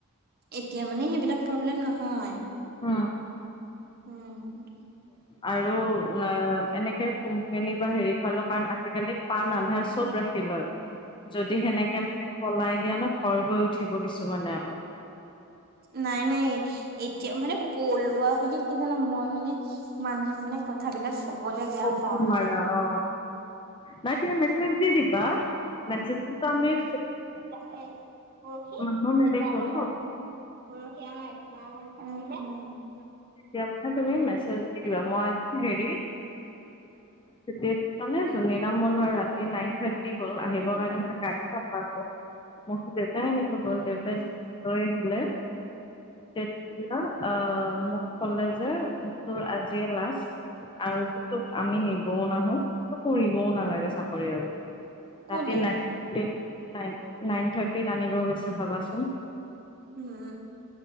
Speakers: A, on the right (about 45°); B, on the left (about 20°).
A: এতিয়া মানে সেইবিলাক প্ৰব্লেম নহয়।
B: অ',
A: উম',
B: আৰু অ এনেকে কোম্পনী বা হেৰি পালো কাৰণ আজিকালিত পাণ আধাৰ চব ৰাখি লয়।
A: <inaudible>
B: যদি
A: উম,
B: সেনেকে মানে পলাই দিয়া ন খৰ গৈ উঠিব। কিছুমানে আকৌ
A: নাই, নাই এতিয়া মানে পলোৱাা বুলি কি জানো মই মানে মানুহ মানে কথাবিলাক কবলে বেয়া
B: ক'ব
A: পাও।
B: নোৱাৰা
A: মানে
B: অ নাই তুমি মেছেজ দি দিবা মেছেজতো আমি ফেক
A: <unintelligible> <unintelligible>
B: মানুহ নেদেখো ন তেতিয়াে তুমি মেছেজ দি দিবা মই হেৰিত তি মানে যোন নাম মোৰ ধৰা ৰাতি নাই। থি আহিব
A: উম,
B: কাৰণে মই গাৰি নাপালোঁ মই টাই আনিব গ'ল দেউতাই যেতিয়া লৈ আহিলে তে অ মোক ক'লে যে তোৰ আজিয়ে লাষ্ট আৰু তোক আমি নিবও নাহো কৰিম ও নালাগে চাকৰি আৰু
A: ক'লে
B: ৰাতি নাই ড নাইন নাইন থাৰ্টিত আনিব গৈছে ভাবাচোন
A: উম উ